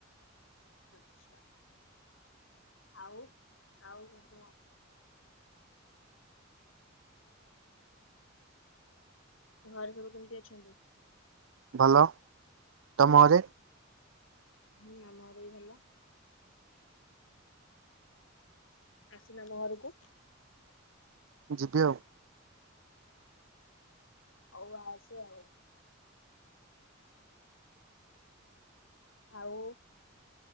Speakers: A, on the left; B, on the right.
A: ଆଛା ଆଉ ଆଉ କଣ କହ। ଘରେ ସବୁ କେମିତି ଅଛନ୍ତି।
B: ଭଲ ତମ ଘରେ
A: ହୁଁ ଆମ ଘରେ ବି ଭଲ ଆସୁନା ଆମ ଘରକୁ
B: ଯିବି ଆଉ।
A: ହଉ ଆସେ ଆଉ ଆଉ।